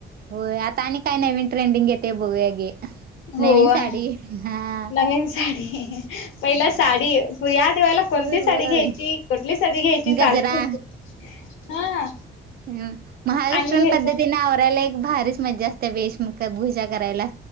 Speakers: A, on the right; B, on the left.
A: होय आता आणि काय नाही विंटरेंडिंग घेते बघूया की...
B: होय.
A: नवीन साडी हा..
B: नवीन साडी... पहिला
A: होय
B: साडी या दिवाळीला कोणती
A: होय
B: साडी
A: होय
B: घ्यायची कुठली साडी घ्यायची चालूत
A: गजरा
B: असते.... हा...
A: हम् महाराष्ट्रन
B: आणि ह्याच
A: पद्धतीने आवरायला एक भारीच मजा असते वेशभूषा करायला...